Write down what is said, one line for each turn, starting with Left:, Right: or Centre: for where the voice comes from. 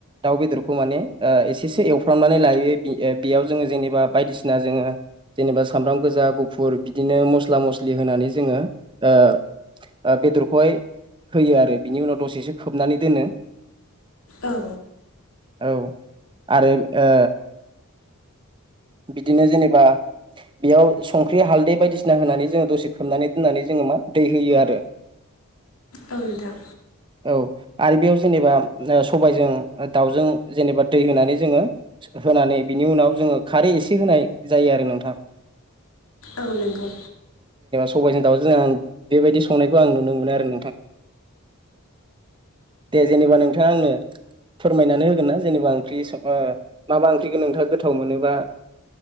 Right: दाउ बेदरखौ माने ओ एसेसो एवफ्रामनानै लायो बे ओ बेयाव जोङो जेने बा बायदिसिना जोङो जेनेबा सामब्राम गोजा गुफुर बिदिनो मस्ला-मस्लि होनानै जोङो ओ ओ बेदरखौहाय होयो आरो बिनि उनाव दसेसो खोबनानै दोनो।
Left: औ।
Right: औ आरो ओ बिदिनो जेनेबा बेयाव संख्रि हालदै बायदिसिना होनानै जोङो दसे खोबनानै दोननानै जों खोमो दै होयो आरो।
Left: औ नोंथां।
Right: औ आरो बेयाव जेनेबा सबायजों दाउजों जेनेबा दै होनानै जोङो होन नानै बिनि उनाव जोङो खारै एसे होनाय जायो आरो नोंथां।
Left: औ नंगौ।
Right: सबायाइजों दावजों आं बेबायदि संनायखौ आं नुनो मोनो आरो नोंथां। दे जेनेबा नोंथाङा आंनो फोरमायनानै होगोन ना जेनेबा ओंख्रि स मा मा बा ओंख्रिखौ नोंथाङा गोथाव मोनो बा